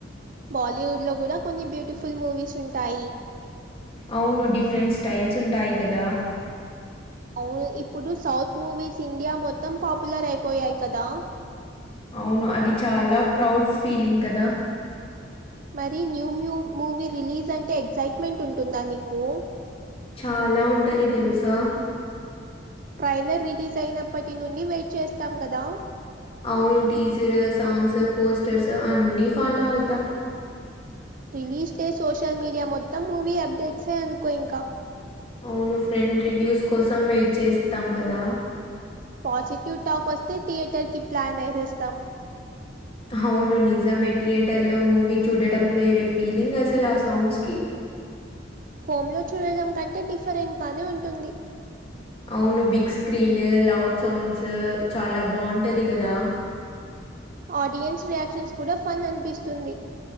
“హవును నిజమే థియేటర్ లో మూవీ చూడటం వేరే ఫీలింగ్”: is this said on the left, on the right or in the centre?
Left